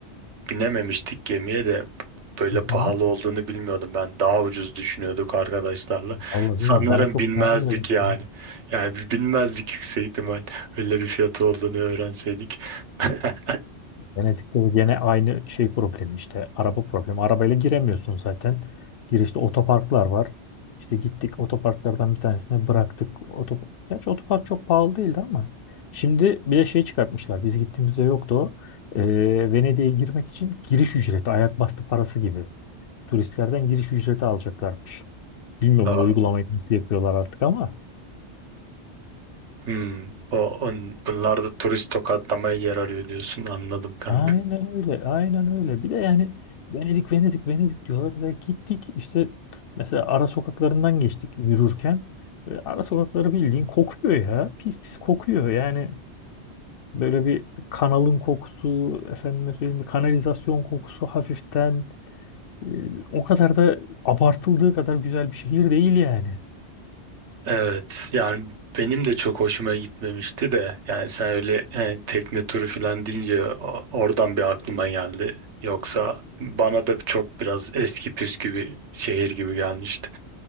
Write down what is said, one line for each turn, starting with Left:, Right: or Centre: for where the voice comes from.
Right: binememiştik gemiye de böyle
Left: Hı
Right: pahalı
Left: hı.
Right: olduğunu bilmiyordum ben. Daha ucuz düşünüyorduk arkadaşlarla.
Left: Vallahi
Right: Sanırım
Left: bilmiyorum bana çok
Right: binmezdik
Left: pahalı geldi.
Right: yani. Yani bi- binmezdik yüksek ihtimal. Öyle bir fiyatı olduğunu öğrenseydik. <laughs>
Left: Venedik'te de gene aynı şey problemi işte. Araba problemi. Arabayla giremiyorsun zaten. Girişte otoparklar var. İşte gittik otoparklardan bir tanesine bıraktık. Otop Gerçi otopark çok pahalı değildi ama. Şimdi bir de şey çıkartmışlar. Biz gittiğimizde yoktu o. Ee, Venedik'e girmek için giriş ücreti, ayak bastı parası gibi. Turistlerden giriş ücreti alacaklarmış. Bilmiyorum
Right: Aa,
Left: bu uygulamayı nasıl yapıyorlar artık ama.
Right: hmm, o, on, bunlar da turist tokatlamaya yer arıyor diyorsun. Anladım kanka.
Left: Aynen öyle, aynen öyle. Bir de yani Venedik, Venedik, Venedik diyorlar ve gittik işte mesela ara sokaklarından geçtik yürürken ve ara sokakları bildiğin kokuyor ya. Pis pis kokuyor yani böyle bir kanalın kokusu, efendime söyleyeyim bir kanalizasyon kokusu hafiften e, o kadar da abartıldığı kadar güzel bir şehir değil yani.
Right: Evet yani benim de çok hoşuma gitmemişti de yani sen öyle hani tekne turu falan deyince o- oradan bir aklıma geldi. Yoksa bana da çok biraz eski püskü bir şehir gibi gelmişti.